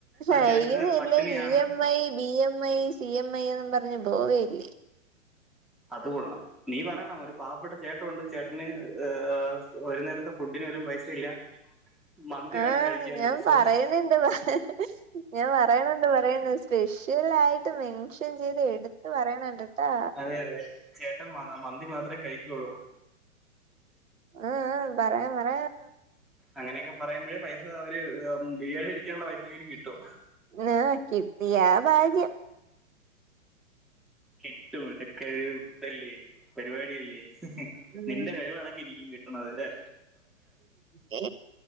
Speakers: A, in the centre; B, on the right (about 80°).
A: ആ
B: അയക്കുന്ന
A: ചേട്ടന് പട്ടിണിയാണ്
B: എല്ലാം ഇ M I B M I, C M I എന്നും പറഞ്ഞ് പോയല്ലേ.
A: അതു കൊള്ളാം. നീ പറയണം ഒരു പാവപ്പെട്ട ചേട്ടനുണ്ട്. ചേട്ടന് ഏഹ് ഒരു നേരത്തെ ഫുഡിന് പോലും പൈസ ഇല്ല. മന്തി വേണം
B: ആഹ്
A: കഴിക്കാൻ
B: ഞാൻ
A: ദിവസവും
B: പറയണണ്ട് പറ ഞാൻ പറയണ ണ്ട് പറയ സ്പെഷ്യൽ ആയിട്ട് മെൻഷൻ ചെയ്ത് എടുത്ത് പറയണുണ്ടട്ടാ.
A: അതെ അതെ ചേട്ടൻ മ മന്തി മാത്രേ കഴിക്കുള്ളൂ.
B: ആഹ് ആഹ് പറയാം പറയാം.
A: അങ്ങനെയൊക്കെ പറയുമ്പോഴേ പൈസ അവര് ബിരിയാണി അടിക്കാനുള്ള പൈസ എങ്കിലും കിട്ടൂ.
B: ആഹ് കിട്ടിയാ ഭാഗ്യം.
A: കിട്ടും. ഇതൊക്കെ ഇതല്ലേ പരിപാടിയല്ലേ.
B: ഉം
A: നിന്റെ കഴിവ്ണക്കെ ഇരിക്കും കി ണത് അല്ലേ.
B: പിന്നേ